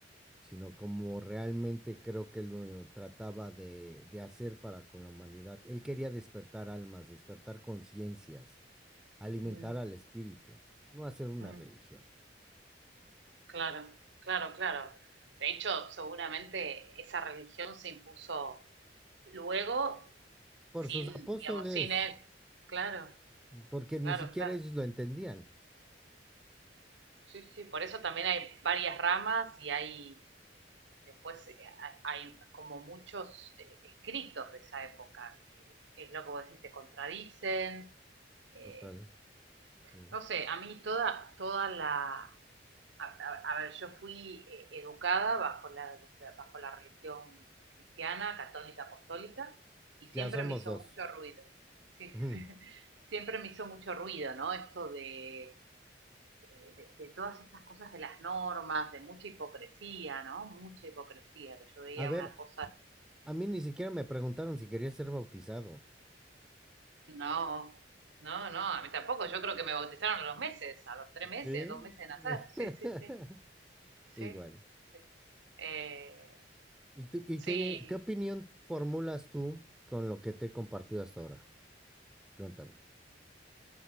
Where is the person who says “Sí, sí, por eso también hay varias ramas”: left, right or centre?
Right